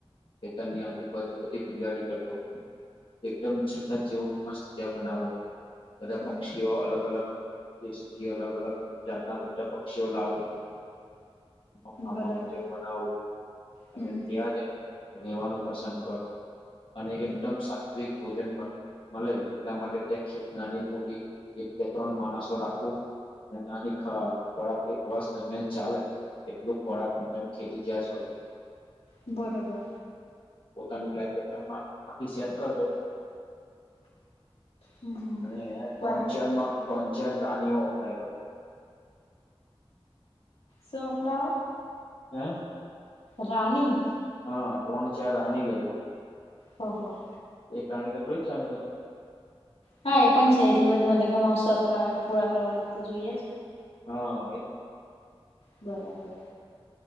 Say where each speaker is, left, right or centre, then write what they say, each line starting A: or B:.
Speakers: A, on the left; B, on the left.
A: ખેતર ની આજુબાજુ બધી હરિયાળી કર દવ તો એકદમ જન્નત જેવું મસ્ત જગ્યા બનાવુ. બધા
B: હમ
A: પક્ષીઓ અલગ અલગ દેશોથી અલગ અલગ જાતના બધા પક્ષીઓ લાવું. <unintelligible>
B: બરાબર
A: બનાવુ અને
B: હમ હમ
A: ત્યાં જ રહેવાનું પસંદ કરું. અને
B: હમ
A: એકદમ સાત્વિક ભોજન પણ મલે એટલા માટે ત્યાં ખેપ નાની મોટી એક બે ત્રણ માણસો રાખવું. ને નાની ખા ખોરખ એક વર્ષ દરમિયાન ચાલે. એટલું ખોરાક માટે ને ખેતી ત્યાં જ કરો.
B: બરોબર.
A: તને લાઇફ બેટા માં બાકી સેટ કરલો.
B: હમ હમ
A: અને ત્રણ
B: બરાબર
A: ચારમાં ત્રણ ચાર રાનીઓ અપનાય લો.
B: સો આપના
A: એહ?
B: રાની?
A: હા, ત્રણ ચાર રાની લેધું.
B: હ, હ.
A: એ કારણ કે થોડી ચાલ પછી.
B: હા, એ પણ છે એટલું બધું મતલબ કે મોજ શોક કરવા પૂરા કરવા તો જોઈએ જ.
A: હા એ
B: બરાબર.